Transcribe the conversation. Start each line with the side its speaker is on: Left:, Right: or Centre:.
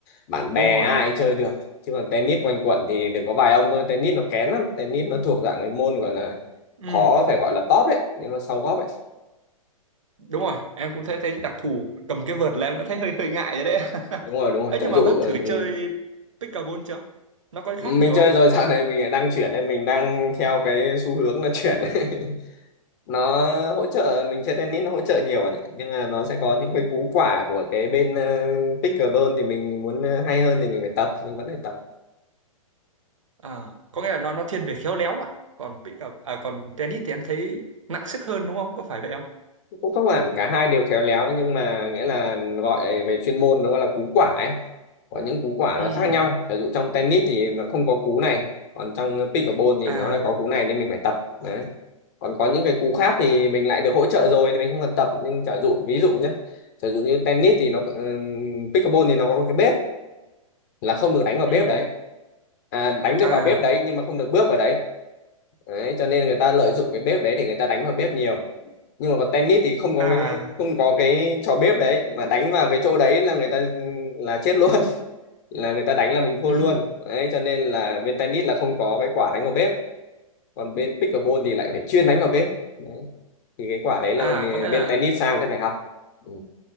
Left: bạn
Right: đúng
Left: bè
Right: rồi
Left: ai cũng chơi được chứ còn tennis quanh quẩn thì được có vài ông thôi tennis nó kén lắm tennis nó thuộc dạng cái môn gọi là
Right: ừ
Left: khó phải gọi là top đấy nhưng mà sau góp ấy
Right: đúng rồi em cũng thấy thấy đặc thù cầm cái vợt là em đã thấy hơi hơi ngại rồi đấy <laughs>
Left: đúng rồi đúng rồi
Right: ấy
Left: chả
Right: nhưng mà
Left: dụ
Right: bác
Left: ừ.
Right: thử
Left: ừ.
Right: chơi pickleball chưa nó có
Left: mình
Right: khác nhiều
Left: chơi
Right: không
Left: rồi <laughs> dạo này mình lại đang chuyển nên mình đang theo cái xu hướng là chuyển ấy. <laughs> nó hỗ trợ mình chơi tennis nó hỗ trợ nhiều bạn ạ nhưng mà nó sẽ có những cái cú quả của cái bên uh, pickleball thì mình muốn ờ, hay hơn thì mình phải tập mình vẫn phải tập
Right: à có nghĩa là nó nó thiên về khéo léo à còn pickle à còn tennis thì em thấy nặng sức hơn đúng không có phải vậy không
Left: cũng không hẳn cả hai đều khéo léo nhưng mà nghĩa là gọi về chuyên môn nó gọi là cú quả ấy có những cú quả
Right: ừ
Left: nó khác nhau ví dụ trong tennis thì nó không có cú này còn trong pickleball thì
Right: à
Left: nó lại có cú này nên mình phải tập đấy còn có những cái cú khác thì mình lại được hỗ trợ rồi thì mình không cần tập nhưng giả dụ ví dụ nhé giả dụ như tennis thì nó ừm, pickleball thì nó có cái bếp là không được đánh vào
Right: ừ
Left: bếp đấy à, đánh được
Right: à
Left: vào bếp đấy nhưng mà không được bước vào đấy đấy cho nên người ta lợi dụng cái bếp đấy thì người ta đánh vào bếp nhiều nhưng mà còn tennis thì không có
Right: à
Left: cái không có cái trò bếp đấy mà đánh vào cái chỗ đấy là người ta là chết luôn <laughs> là người ta đánh là mình thua
Right: <laughs>
Left: luôn đấy cho nên là bên tennis là không có cái quả đánh vào bếp còn bên pickleball thì lại phải chuyên đánh vào bếp đấy. thì cái quả đấy là
Right: à
Left: mình,
Right: có nghĩa là
Left: bên tennis sang sẽ phải học ừ.